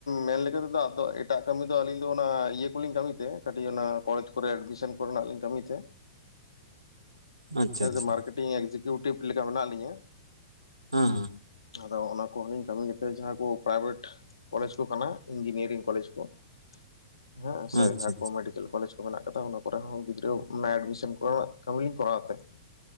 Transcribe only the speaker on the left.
ᱢᱮᱱ ᱞᱮᱠᱟ ᱛᱮᱫᱚ ᱮᱴᱟᱜ ᱠᱟᱹᱢᱤ ᱫᱚ ᱟᱹᱞᱤᱧ ᱫᱚ ᱚᱱᱟ ᱤᱭᱟᱹ ᱠᱚᱞᱤᱧ ᱠᱟᱹᱢᱤ ᱛᱮ ᱠᱟᱹᱴᱤᱡ ᱚᱱᱟ ᱠᱚᱞᱮᱡᱽ ᱠᱚᱨᱮ ᱮᱰᱢᱤᱥᱚᱱ ᱠᱚᱨᱮᱱᱟᱜ ᱞᱤᱧ ᱠᱟᱹᱢᱤ ᱛᱮ
ᱦᱮᱸ᱾
ᱢᱟᱨᱠᱮᱴᱤᱝ ᱮᱠᱡᱤᱠᱤᱭᱩᱴᱤᱵᱷ ᱞᱮᱠᱟ ᱢᱮᱱᱟᱜ ᱞᱤᱧᱟ ᱾
ᱟᱫᱚ ᱚᱱᱟ ᱠᱚ ᱞᱤᱧ ᱠᱟᱹᱢᱤ ᱜᱮ ᱛᱟᱦᱮᱜ ᱡᱟᱦᱟᱸ ᱠᱚ ᱯᱨᱟᱭᱵᱷᱮᱴ ᱠᱚᱞᱮᱡᱽ ᱠᱚ ᱠᱟᱱᱟ ᱤᱧᱡᱤᱱᱤᱭᱟᱨᱤᱝ ᱠᱚᱞᱮᱡᱽ ᱠᱚ ᱾ ᱦᱮᱸ ᱥᱮ
ᱡᱟᱦᱟ ᱠᱚ ᱢᱮᱰᱤᱠᱮᱞ ᱠᱚᱞᱮᱡᱽ ᱠᱚ ᱾ ᱢᱮᱱᱟᱜ ᱠᱟᱫᱟ ᱚᱱᱟ ᱠᱚᱨᱮ ᱦᱚᱸ ᱜᱤᱫᱽᱨᱟᱹ ᱢᱟᱱᱮ ᱮᱰᱢᱤᱥᱟᱱ ᱠᱚᱨᱮᱱᱟᱜ ᱠᱟᱹᱢᱤ ᱞᱤᱧ ᱠᱚᱨᱟᱣ ᱛᱮ ᱾